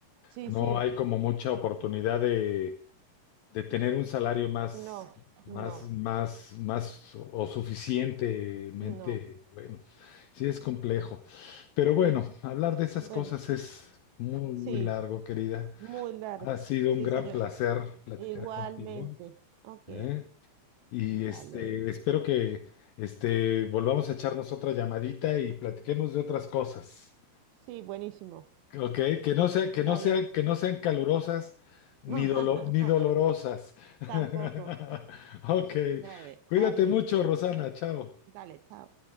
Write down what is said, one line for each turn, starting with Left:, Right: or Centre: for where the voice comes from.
Right: sí,
Left: no
Right: sí,
Left: hay como mucha oportunidad de, de tener un salario más,
Right: no,
Left: más,
Right: no,
Left: más, más o o suficientemente
Right: no,
Left: bueno. Sí es complejo. Pero bueno,
Right: sí,
Left: hablar de esas
Right: bueno,
Left: cosas es muy,
Right: sí,
Left: muy largo, querida.
Right: muy largo,
Left: Ha sido
Right: sí,
Left: un gran
Right: señor.
Left: placer platicar
Right: Igualmente.
Left: contigo,
Right: Ok,
Left: ¿eh? Y este,
Right: dale.
Left: espero que este, volvamos a echarnos otra llamadita y platiquemos de otras cosas.
Right: Sí, buenísimo.
Left: Ok, que no sea, que no
Right: Dale.
Left: sean, que no sean calurosas ni
Right: <laughs>
Left: dolo- ni dolorosas. <laughs>
Right: Tampoco.
Left: Ok,
Right: Dale,
Left: cuídate
Right: dale,
Left: mucho, Rosana, chao.
Right: dale, chao.